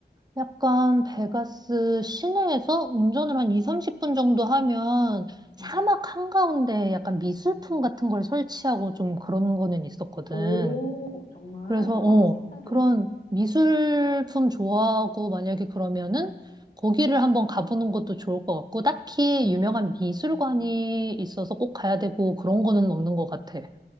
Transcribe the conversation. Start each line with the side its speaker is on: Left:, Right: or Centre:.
Right: 약간 베가스 시내에서 운전을 한 2, 30분 정도 하면 사막
Left: 음.
Right: 한가운데 약간 미술품 같은 걸 설치하고 좀 그런 거는 있었거든.
Left: 오, 정말?
Right: 그래서,
Left: 우와,
Right: 어,
Left: 색다르다.
Right: 그런 미술품 좋아하고 만약에 그러면은 거기를 한번 가보는
Left: 음,
Right: 것도 좋을 것 같고, 딱히
Left: 음,
Right: 유명한 미술관이 있어서 꼭 가야 되고 그런 거는 없는 것 같아.